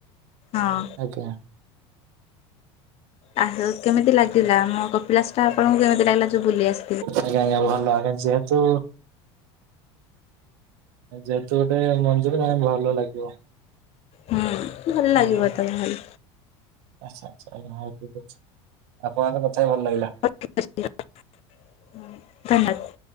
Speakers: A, on the left; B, on the right.
A: ହଁ
B: ଆଜ୍ଞା।
A: ଆହୁ କେମିତି ଲାଗିଲା ଆମ କପିିଲାସଟା ଆପଣଙ୍କୁ କେମିତି ଲାଗିଲା ଯୋଉ ବୁଲି ଆସ୍
B: ଆଜ୍ଞା ଆଜ୍ଞା ଭଲ ଆଜ୍ଞା ଯେହେତୁ ଯେହେତୁ ଏବେ <unintelligible> ଭଲ ଲାଗିବ।
A: ହୁଁ ଭଲ ଲାଗିବ
B: ଓହୋ
A: ତାହେଲେ।
B: ଆଚ୍ଛା ଆଚ୍ଛା ଆଜ୍ଞା ହଉ ଠିକ୍ ଅଛି ଆପଣଙ୍କ କଥା ଭଲ ଲାଗିଲା।
A: <unintelligible> ହୁଁ ଧନ୍ୟବାଦ୍।